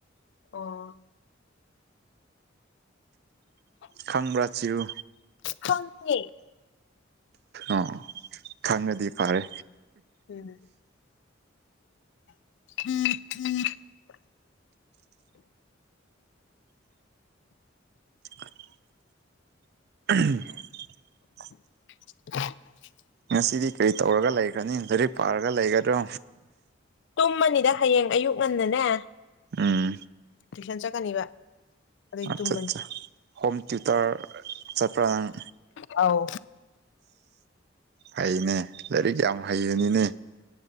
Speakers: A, on the left; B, on the right.
A: ꯑꯣ ꯎꯝ <unintelligible>
B: ꯈꯪꯕ꯭ꯔꯥ ꯆꯤꯔꯨ
A: ꯈꯪꯉꯦ
B: ꯑꯣ ꯈꯪꯉꯥꯗꯤ ꯐꯥꯔꯦ
A: ꯎꯝ ꯍꯝ ꯍꯝ <unintelligible>
B: <unintelligible> <inaudible> <unintelligible>
A: <unintelligible>
B: ꯉꯁꯤꯗꯤ ꯀꯔꯤ ꯇꯧꯔꯒ ꯂꯩꯈ꯭ꯔꯅꯤ ꯂꯥꯏꯔꯤꯛ ꯄꯥꯔꯒ ꯂꯩꯒꯗ꯭ꯔꯣ
A: ꯇꯨꯝꯃꯅꯤꯗ ꯍꯌꯦꯡ ꯑꯌꯨꯛ ꯉꯟꯅꯅꯦ
B: ꯎꯝ
A: ꯇꯨꯏꯁꯟ ꯆꯠꯀꯅꯤꯕ ꯑꯗꯨꯏ
B: ꯑꯠꯆꯥ
A: ꯇꯨꯝꯃꯅꯤ
B: ꯆꯥ ꯍꯣꯝ ꯇ꯭ꯌꯨꯇꯔ ꯆꯠꯄ꯭ꯔꯥ ꯅꯪ
A: ꯑꯥꯎ
B: ꯐꯩꯅꯦ ꯂꯥꯏꯔꯤꯛ ꯌꯥꯝ ꯍꯩꯕꯅꯤꯅꯦ